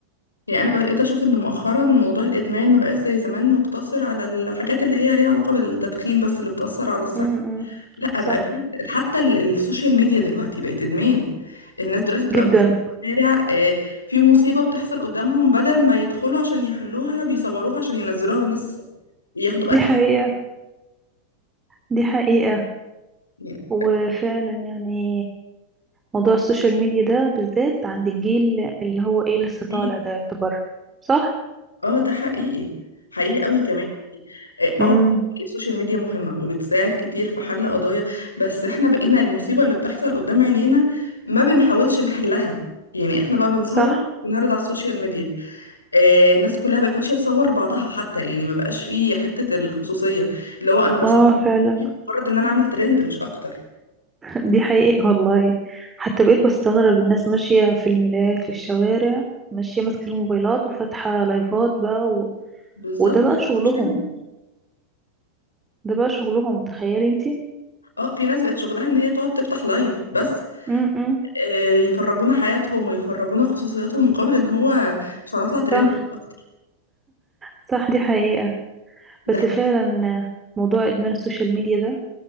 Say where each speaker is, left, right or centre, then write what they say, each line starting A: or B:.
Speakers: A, on the left (about 80°); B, on the right (about 15°).
A: يعني انا بقيت اشوف ان مؤخرا موضوع الادمان ما بقاش زي زمان مقتصر على الحاجات اللي هي ليها علاقه بالتدخين بس اللي بتاثر على الصحه
B: امم
A: لا بقى
B: صح
A: في حتى ال- السوشيال ميديا دلوقتي بقت ادمان الناس دلوقتي بتبقى
B: جدا
A: ماشيه في الشارع آه، في مصيبه بتحصل قدامهم بدل ما يدخلوا عشان يحلوها بيصوروها عشان ينزلوها والناس ياخدوا بقى
B: دي
A: التقييم.
B: حقيقة دي حقيقة
A: يعني
B: وفعلا يعني موضوع السوشيال ميديا ده بالذات عند الجيل اللي هو ايه لسه
A: كتير.
B: طالع ده يعتبر صح
A: اه ده حقيقي حقيقي قوي كمان يعني اه
B: امم
A: بيبقى السوشيال ميديا مهمة وبتساعد كتير في حل قضايا بس احنا بقينا المصيبة اللي بتحصل قدام عينينا ما بنحاولش نحلها يعني احنا بقى بنصور
B: صح
A: ونعرض على السوشيال ميديا آه الناس كلها بقت ماشية تصور بعضها حتى يعني ما بقاش فيه حتة الخصوصية اللي هو انا بصور
B: اه فعلا
A: مجرد ان انا اعمل ترند مش اكتر
B: دي حقيقة والله حتى بقيت بستغرب الناس ماشية في المولات في الشوارع ماشية ماسكة الموبايلات وفاتحة لايفات بقى و...
A: بالظبط
B: وده
A: ما
B: بقى
A: بيفهموش
B: شغلهم
A: يعني
B: ده بقى شغلهم تخيلي انتي
A: اه في ناس بقت شغلها ان هي تقعد تفتح لايف بس
B: امم
A: آه، يفرجونا حياتهم ويفرجونا خصوصياتهم مقابل ان هو عشان اطلع ترند
B: صح
A: اكتر
B: صح دي حقيقة
A: ده
B: بس فعلا موضوع إدمان السوشيال ميديا ده